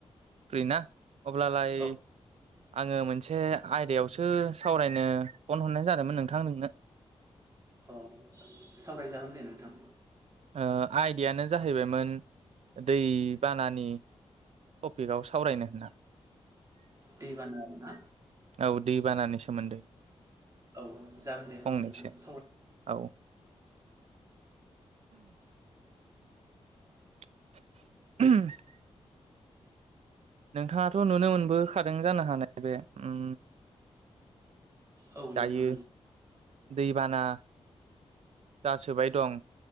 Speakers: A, on the right; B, on the right.
A: फ्रि ना अब्लालाय
B: औ
A: आङो मोनसे आयदायावसो सावरायनो फन हरनाय जादोंमोन नोंथां नोंनो
B: अ सावरायजागोन दे नोंथां
A: ओ आयदायानो जाहैबायमोन दै बानानि टपिकआव सावरायनो होनना
B: दै बाना आरो ना
A: औ दै बानानि सोमोन्दै
B: औ जागोन दे
A: फंनैसो
B: नोंथां सावराय
A: औ उम <unintelligible> नोंथाङाथ' नुनो मोनबो खादों जानो हानाय बे उम
B: औ नोंथां
A: दायो दैबाना दा सोबाय दं